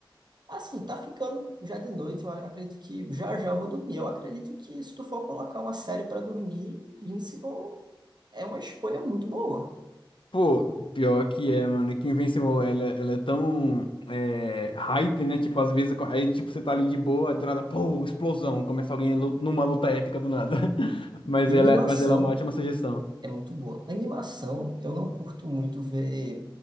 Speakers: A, on the right; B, on the left.
A: Assim, tá ficando já de noite, eu acredito que já já eu vou dormir. Eu acredito que se tu for colocar uma série para dormir, Invincible é uma escolha muito boa.
B: Pô, pior que é, mano, é que Invincible, ela, ela é tão é, hype, né? Tipo, às vezes, aí tipo, você tá ali de boa, do nada, pô, explosão, começa alguém lu- numa luta épica do nada. <laughs> Mas
A: E
B: ela,
A: animação.
B: mas ela é uma ótima sugestão.
A: É muito boa. Animação, eu não curto muito ver